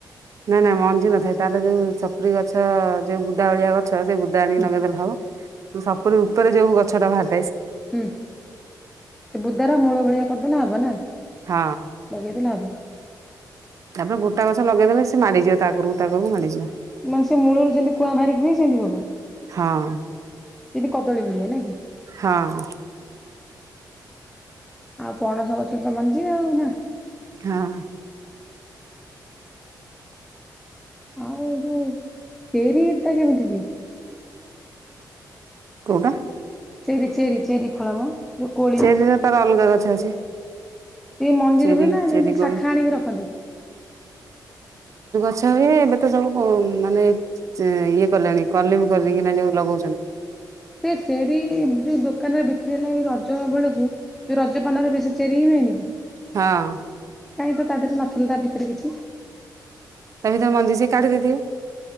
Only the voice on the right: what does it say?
ନାଇଁ ନାଇଁ ମଞ୍ଜି ନଥାଏ ତାର ଯୋଉ ସପୁରି ଗଛ ଯୋଉ ବୁଦା ଭଳିଆ ଗ ଛ ସେ ବୁଧା ଆଣୀକି
ନଗଦଲେ ହବ। ଉପରେ ଉପରେ ଯୋଉ ଗଛଟା ବାହାରି
ହଁ
ତାପରେ ଗୁଟା ଗଛ ଲଗେଇଦେଲେ ସେ ମାଡ଼ିଯିବ ତା କରକୁ ତା କରକୁ ମାଡ଼ିଯିବ।
ହଁ
ହଁ।
ହଁ
କୋଉଟା?
ଚେରିର ତାର ଅଲଗା ଗଛ ଅଛି।
ଚେରି
ଚେରି
କୋଳି
ଆଛା ଏବେ ତ ସବୁ ମାନେ ଏଁ ଇଏ କଲେଣି କଲିମି କରିଦେଇ କିନା ଯୋଉ ଲଗାଉଛନ
ହଁ
ତମେ ତା ମଞ୍ଜି ସିଏ କାଢି ଦେଇଥିବେ।